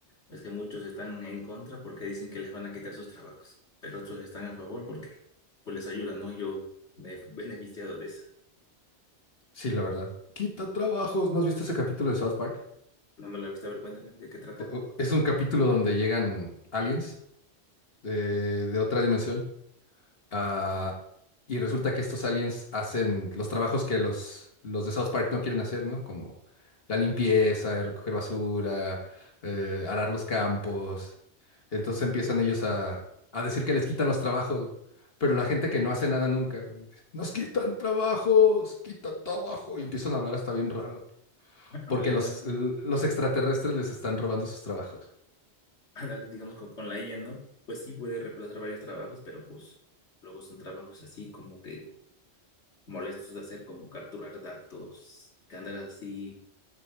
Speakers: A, on the left (about 80°); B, on the left (about 60°).
A: es que muchos están en contra porque dicen que les van a quitar sus trabajos, pero otros están a favor porque pues les ayudan, ¿no? Yo me he beneficiado de eso.
B: Sí, la verdad. Quita trabajos. ¿No has visto ese capítulo de South Park?
A: No me lo he visto, a ver cuéntame de qué trata.
B: o- Es un capítulo donde llegan aliens eh, de otra dimensión ah, y resulta que estos aliens hacen los trabajos que los, los de South Park no quieren hacer, ¿no? Como la limpieza, eh, recoger basura, eh, arar los campos. Entonces empiezan ellos a, a decir que les quitan los trabajos, pero
A: <laughs>
B: la gente que no hace nada nunca, nos quitan trabajos, quita trabajo, y empiezan a hablar hasta bien raro, porque
A: Ándale,
B: los,
A: ¿no?
B: los extraterrestres les están robando sus trabajos.
A: Ándale, digamos, con, con la IA, ¿no? Pues sí puede reemplazar varios trabajos, pero pues luego son trabajos así como que molestos de hacer como capturar datos, que andar así